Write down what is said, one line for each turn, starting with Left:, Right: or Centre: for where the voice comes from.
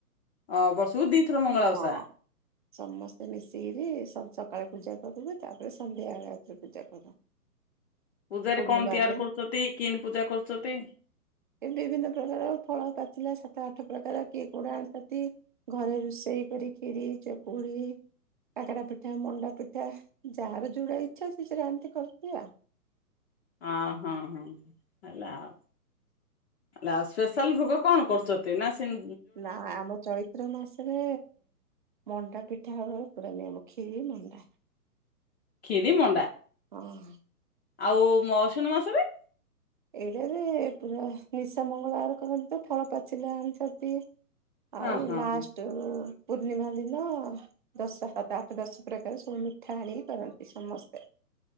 Left: ଅ ବର୍ଷକୁ ଦିଥର ମଙ୍ଗଳା
Right: ହଁ।
Left: ଓଷା
Right: ସମସ୍ତେ ମିଶିକିରି ସ ସକାଳେ ପୂଜା କରୁ ବି, ତାପରେ ସନ୍ଧ୍ୟା ବେଳେ ଆଉ ଥରେ ପୂଜା କରୁ।
Left: ପୂଜାରେ
Right: ପୂର୍ଣ୍ଣିମା
Left: କଣ ତିଆର
Right: ଦିନ
Left: କରୁଚତି କିନ ପୂଜା କରୁଚତି?
Right: ଏ ବିଭିନ୍ନ ପ୍ରକାର ଫଳ ପାଚିଲା ସା ତ ଆଠ ପ୍ରକାର କିଏ କୋଉଟା ଆଣୁଚତି, ଘରେ ରୋଷେଇ କରିକିରୀ ଚକୁଳି କାକେରା ପିଠା ମଣ୍ଡା ପିଠା ଯାହାର ଯଉଟା ଇଚ୍ଛା ସେ ସେଟା ଆଣିତି <unintelligible> ଆଉ।
Left: ଅ ହଁ-ହଁ ହେଲା ଆଉ, ଆଉ ସ୍ପେଶାଲ୍ ଭୋଗ କଣ କରୁଚ ନ୍ତି ନା ସେମ୍
Right: ନା ଆମ ଚୈ ତ୍ର ମାସେରେ ମଣ୍ଡା ପିଠା ହବ ପୁରା ନିୟମ ଖିରୀ ମଣ୍ଡା।
Left: ଖିରି ମଣ୍ଡା।
Right: ହଁ।
Left: ଆଉ ମସୁନୁ ମାସରେ?
Right: ଏଇଟାରେ ପୁରା ନିଶା ମଙ୍ଗଳବାର କରନ୍ତି ତ ଫାଳ ପାଚିଲା <unintelligible> ଆଉ
Left: ହଁ ହଁ
Right: ଲାଷ୍ଟ
Left: ହଁ
Right: ପୂର୍ଣ୍ଣିମା ଦିନ ଦଶ ସାତ ଆଠ ଦଶ ପ୍ରକାର ସବୁ ମିଠା ଆଣିକି କରନ୍ତି ସମସ୍ତେ।